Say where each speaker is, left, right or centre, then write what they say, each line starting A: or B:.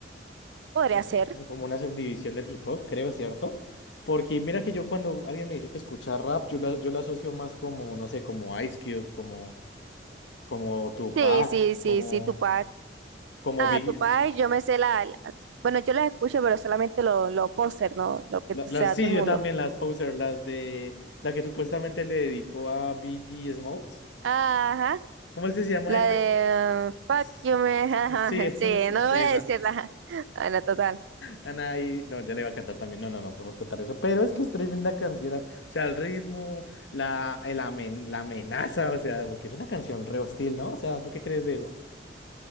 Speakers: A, on the right; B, on the left.
A: podría
B: Es
A: ser.
B: eh, como una subdivisión del hip hop, creo, ¿cierto? Porque mira que yo cuando alguien me dice que escucha rap, yo la, yo la asocio más como, no sé, como Ice Cube, como, como Tupac,
A: Sí, sí, sí,
B: como,
A: sí, Tupac.
B: como
A: Ah,
B: Biggie.
A: Tupac, yo me sé la, las- Bueno, yo las escucho, pero solamente lo, lo póster, ¿no? Lo que
B: La-
A: se
B: Las,
A: da
B: sí,
A: todo el
B: yo
A: mundo.
B: también las poser, las de la que supuestamente le dedicó a BG Smokes.
A: Ajá,
B: ¿Cómo es que se llama
A: la
B: esa?
A: de eh, Fuck
B: Es-
A: You Man. <laughs> ajá,
B: Sí, <laughs>
A: Sí, no
B: sí,
A: voy
B: esa.
A: a decirla. Bueno, total.
B: Ana y- No, ya le iba a cantar también. No, no, no podemos cantar eso. Pero es que es tremenda canción. O sea, el ritmo, la, el amen- la amenaza, o sea, porque es una canción re hostil, ¿no? O sea, ¿tú qué crees de eso?